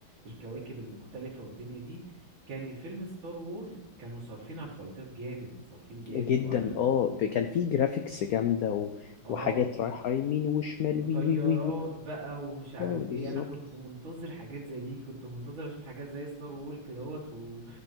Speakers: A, on the right (about 75°); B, on the left (about 80°).
A: الكواكب المختلفة والدنيا دي كان فيلم ستار وور كانوا صارفين على الفايتات جامد صارفين جامد
B: جدا
A: وعلى ال...
B: اه ب- كان في جرافيكس جامدة و...
A: اه
B: وحاجات رايحة يمين وشمال
A: وطيارات
B: وي وي وي وي
A: بقى ومش عارف
B: اه
A: ايه
B: بالظبط
A: انا كنت منتظر حاجات زي دي كنت منتظر اشوف حاجات زي ستار وول كدهوت و...